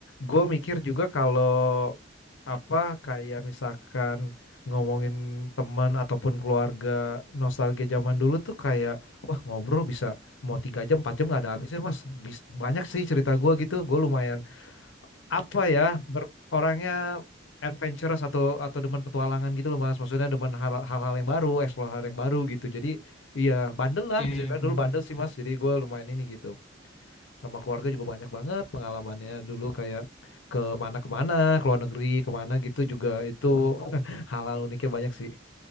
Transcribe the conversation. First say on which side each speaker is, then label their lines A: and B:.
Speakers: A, on the left; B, on the left.
A: gue mikir juga kalau apa kayak misalkan ngomongin teman ataupun keluarga nostalgia zaman dulu tuh kayak wah ngobrol bisa mau tiga jam empat jam nggak ada habisnya mas Bis- banyak sih cerita gue gitu gue lumayan apa ya ber- orangnya adventurous atau atau demen petualangan gitu loh mas maksudnya demen hal- hal-hal yang baru explore hal yang baru gitu jadi iya bandel lah
B: Iya,
A: bisa
B: iya
A: bilang
B: benar-benar.
A: dulu bandel sih mas jadi gue lumayan ini gitu sama keluarga juga banyak banget pengalamannya dulu kayak ke mana kemana ke luar negeri kemana gitu juga itu <laughs> hal-hal uniknya banyak sih